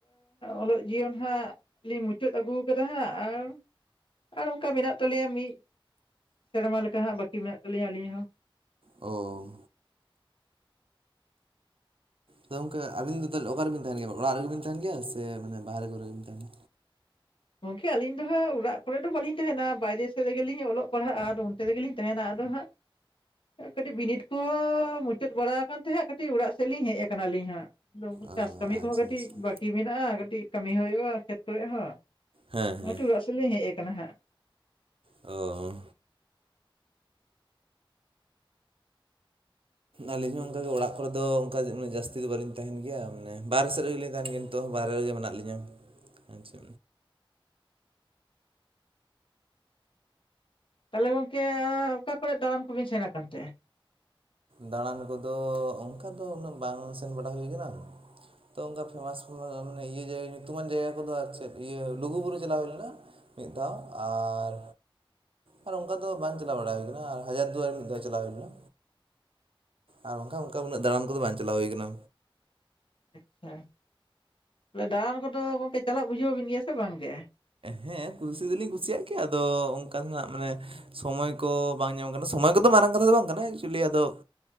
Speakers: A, on the left; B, on the right.
A: ᱚᱞᱚᱜ ᱡᱤᱭᱚᱱ ᱦᱟᱸᱜ ᱞᱤᱧ ᱢᱩᱪᱟᱹᱫ ᱟᱹᱜᱩ ᱟᱠᱟᱫᱟ ᱦᱟᱸᱜ ᱟᱨ, ᱟᱨ ᱚᱱᱠᱟ ᱢᱮᱱᱟᱜ ᱛᱟᱞᱮᱭᱟ ᱢᱤᱫ ᱥᱮᱨᱢᱟ ᱞᱮᱠᱟ ᱦᱟᱜ ᱵᱟᱹᱠᱤ ᱢᱮᱱᱟᱜ ᱛᱟᱹᱞᱤᱧᱟ ᱟᱹᱞᱤᱧ ᱦᱚᱸ
B: ᱚ᱾ ᱛᱚ ᱜᱚᱢᱠᱮ ᱟᱹᱵᱤᱱ ᱫᱚ ᱛᱟᱦᱚᱞᱮ ᱚᱠᱟ ᱨᱮᱵᱤᱱ ᱛᱟᱦᱮᱸᱱ ᱜᱮᱭᱟ, ᱚᱲᱟᱜ ᱨᱮᱜᱮ ᱵᱤᱱ ᱛᱟᱸᱦᱮᱱ ᱜᱮᱭᱟ ᱥᱮ ᱢᱟᱱᱮ ᱵᱟᱦᱨᱮ ᱠᱚᱨᱮ ᱜᱮ ᱵᱤᱱ ᱛᱟᱦᱮᱸᱱᱟ?
A: ᱜᱚᱝᱠᱮ ᱟᱹᱞᱤᱧ ᱫᱚ ᱦᱟᱸᱜ ᱚᱲᱟᱜ ᱠᱚᱨᱮ ᱫᱚ ᱵᱟᱹᱞᱤᱧ ᱛᱟᱦᱮᱸᱱᱟ᱾ ᱵᱟᱭᱨᱮ ᱥᱮᱫ ᱨᱮᱜᱮ ᱞᱤᱧ ᱚᱞᱚᱜ ᱯᱟᱲᱦᱟᱜᱼᱟ ᱟᱫᱚ ᱯᱷᱤᱨᱤ ᱜᱮᱞᱤᱧ ᱛᱟᱦᱮᱸᱱᱟ ᱟᱫᱚ ᱦᱟᱸᱜ ᱠᱟᱹᱴᱤᱡ ᱵᱤᱱᱤᱰ ᱠᱚᱦᱚᱸ ᱢᱩᱪᱟᱹᱫ ᱵᱟᱲᱟᱣ ᱟᱠᱟᱱ ᱛᱟᱦᱮᱸᱜ, ᱠᱟᱹᱴᱤᱡ ᱚᱲᱟᱜ ᱥᱮᱫ ᱞᱤᱧ ᱦᱮᱡ ᱟᱠᱟᱱᱟ ᱟᱹᱞᱤᱧ ᱦᱟᱸᱜ᱾ ᱫᱚ
B: ᱚ
A: ᱪᱟᱥ ᱠᱟᱹᱢᱤ
B: ᱟᱪᱪᱷᱟ
A: ᱠᱚᱦᱚᱸ ᱠᱟᱹᱴᱤᱡ
B: ᱟᱪᱪᱷᱟ
A: ᱵᱟᱠᱤ ᱢᱮᱱᱟᱜᱼᱟ ᱠᱟᱹᱴᱤᱡ ᱠᱟᱹᱢᱤ ᱦᱩᱭᱩᱜᱼᱟ ᱠᱷᱮᱛ ᱠᱚᱨᱮ ᱦᱚᱸ᱾
B: ᱦᱮᱸ
A: ᱠᱟᱹᱴᱤᱡ
B: ᱦᱮᱸ
A: ᱚᱲᱟᱜ ᱥᱮᱫ ᱞᱤᱧ ᱦᱮᱡ ᱠᱟᱱᱟ ᱦᱟᱸᱜ᱾
B: ᱚ᱾ ᱟᱹᱞᱤᱧ ᱦᱚᱸ ᱚᱱᱠᱟ ᱜᱮ ᱚᱲᱟᱜ ᱠᱚᱨᱮ ᱫᱚ ᱚᱱᱠᱟ ᱩᱱᱟᱹᱜ ᱡᱟᱹᱥᱛᱤ ᱫᱚ ᱵᱟᱹᱞᱤᱧ ᱛᱟᱦᱮᱱ ᱜᱮᱭᱟ᱾ ᱢᱟᱱᱮ ᱵᱟᱨᱦᱮ ᱥᱮᱫ ᱨᱮᱜᱮᱞᱤᱧ ᱛᱟᱦᱮᱱ ᱜᱮᱭᱟ᱾ ᱛᱚᱜ ᱦᱚᱸ ᱵᱟᱭᱨᱮ ᱨᱮᱜᱮ ᱢᱮᱱᱟᱜ ᱞᱤᱧᱟᱹ, ᱟᱪᱪᱷᱟ᱾
A: ᱛᱟᱦᱚᱞᱮ ᱜᱚᱝᱠᱮ ᱚᱠᱟ ᱠᱚᱨᱮ ᱫᱟᱬᱟᱱ ᱠᱚᱵᱤᱱ ᱥᱮᱱ ᱟᱠᱟᱱ ᱛᱮ?
B: ᱫᱟᱬᱟᱱ ᱠᱚ ᱫᱚ ᱚᱱᱠᱟ ᱫᱚ ᱩᱱᱟᱹᱜ ᱵᱟᱝ ᱥᱮᱱ ᱵᱟᱲᱟ ᱦᱩᱭ ᱟᱠᱟᱱᱟ ᱛᱚ ᱚᱱᱠᱟ ᱯᱷᱮᱢᱟᱥ ᱤᱭᱟᱹ ᱡᱟᱭᱜᱟ ᱧᱩᱛᱩᱢᱟᱱ ᱡᱟᱭᱜᱟ ᱠᱚᱫᱚ ᱟᱨ ᱪᱮᱫ ᱤᱭᱟᱹ ᱞᱩᱜᱩ ᱵᱩᱨᱩ ᱪᱟᱞᱟᱣ ᱦᱩᱭ ᱞᱮᱱᱟ᱾ ᱢᱤᱫ ᱫᱷᱟᱣ ᱟᱨ ᱟᱨ ᱚᱝᱠᱟ ᱫᱚ ᱵᱟᱝ ᱪᱟᱞᱟᱣ ᱵᱟᱲᱟ ᱦᱩᱭ ᱠᱟᱱᱟ ᱟᱨ ᱦᱟᱡᱟᱨ ᱫᱩᱣᱟᱹᱨᱤ ᱢᱤᱫ ᱫᱷᱟᱣ ᱪᱟᱞᱟᱣ ᱦᱩᱭ ᱞᱮᱱᱟ᱾ ᱟᱨ ᱵᱟᱝᱠᱷᱟ ᱚᱝᱠᱟ ᱩᱱᱟᱹᱜ ᱫᱟᱲᱟᱱ ᱠᱚᱫᱚ ᱵᱟᱝ ᱪᱟᱞᱟᱣ ᱦᱩᱭ ᱠᱟᱱᱟ᱾
A: ᱟᱪᱪᱷᱟ ᱵᱚᱞᱮ ᱫᱟᱬᱟᱱ ᱠᱚᱫᱚ ᱜᱚᱝᱠᱮ ᱪᱟᱞᱟᱜ ᱵᱩᱡᱷᱟᱹᱣ ᱵᱤᱱ ᱜᱮᱭᱟ ᱥᱮ ᱵᱟᱝᱜᱮ?
B: ᱦᱮᱸ ᱠᱩᱥᱤ ᱫᱩᱞᱤᱧ ᱠᱩᱥᱤᱭᱟᱜ ᱜᱮᱭᱟ ᱟᱫᱚ ᱚᱱᱠᱟ ᱫᱚ ᱱᱟᱜ ᱢᱟᱱᱮ ᱥᱚᱢᱚᱭ ᱠᱚ ᱵᱟᱝ ᱧᱟᱢᱚᱜ ᱠᱟᱱᱟ ᱥᱚᱢᱚᱭ ᱠᱚᱫᱚ ᱢᱟᱨᱟᱝ ᱠᱟᱛᱷᱟ ᱫᱚ ᱵᱟᱝ ᱠᱟᱱᱟ ᱮᱠᱪᱩᱞᱤ ᱟᱫᱚ